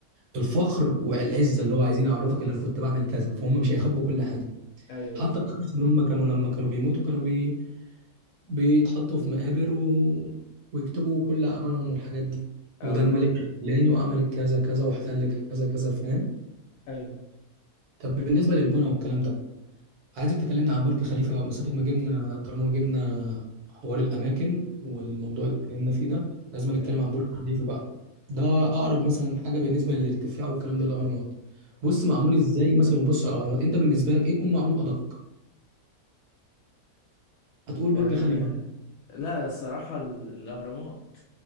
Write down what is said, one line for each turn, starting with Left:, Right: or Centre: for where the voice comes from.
Right: الفخر والعزة اللي هو عايزين يعرفك اللي انا كنت بعمل كذا فهم مش هيخبوا كل حاجة
Left: أيوه
Right: حتى
Left: بالضبط،
Right: القصص اللي هم كانوا لما كانوا بيموتوا كانوا بي... بيتحطوا في مقابر و... ويكتبوا كل اعمالهم والحاجات دي
Left: آه،
Right: وده الملك الفلاني وعمل كذا كذا واحتل كذا كذا فاهم
Left: أيوه،
Right: طب بالنسبة للبنى والكلام ده عايزك تكلمنا عن برج خليفة بقى، مسافة ما جبنا طالما ما جبنا حوار الأماكن والموضوع اللي اتكلمنا فيه ده لازم نتكلم
Left: أيوه،
Right: عن برج خليفة بقى ده أقرب مثلا حاجة بالنسبة للارتفاع والكلام ده للأهرامات بص
Left: ال
Right: معمول إزاي مثلا وبص على الأهرامات أنت بالنسبة لك إيه يكون معمول أدق هتقول برج
Left: آآ
Right: خليفة
Left: لأ الصراحة ال الأهرامات،